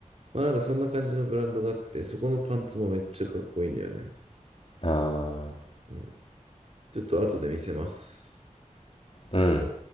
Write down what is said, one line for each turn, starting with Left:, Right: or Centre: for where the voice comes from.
Right: まあなんかそんな感じのブランドがあって、そこのパンツもめっちゃかっこいいんだよね。
Left: ああ。
Right: うん。ちょっと後で見せます。
Left: うん。